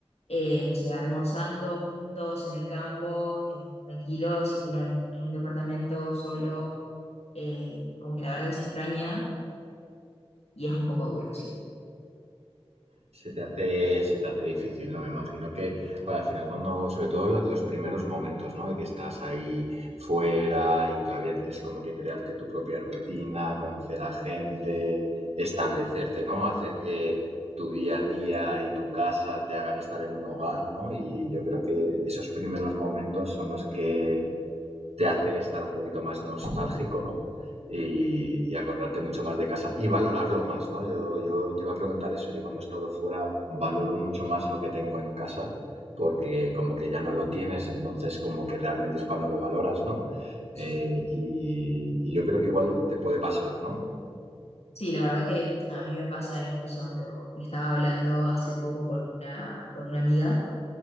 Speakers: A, on the left; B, on the right.
A: eh, no sé, almorzando juntos en el campo, eh, tranquilos, y uno en, en un departamento solo, eh, como que la verdad que se extraña y es un poco duro, sí.
B: Se te hace, se te hace difícil, ¿no? Me imagino que, joder, al final cuando, sobre todo la- los primeros momentos, ¿no? De que estás ahí fuera y todavía tienes como que crearte tu propia rutina, conocer a gente, establecerte, ¿no? Hacer que tu día a día y tu casa te hagan estar en un hogar, ¿no? Y yo creo que esos primeros momentos son los que te hacen estar un poquito más nostálgico, ¿no? Y,
A: Sí,
B: y acordarte mucho más de casa y valorarlo más, ¿no? Yo, yo te iba a preguntar eso. Yo cuando he estado fuera valoro mucho más lo que tengo en casa porque como que ya no lo tienes, entonces como que realmente es cuando lo valoras, ¿no?
A: Sí,
B: Eh, y, y- y yo creo que igual te puede pasar, ¿no?
A: Sí, la verdad que a mí me pasa, incluso lo, lo estaba hablando hace poco con una, con una amiga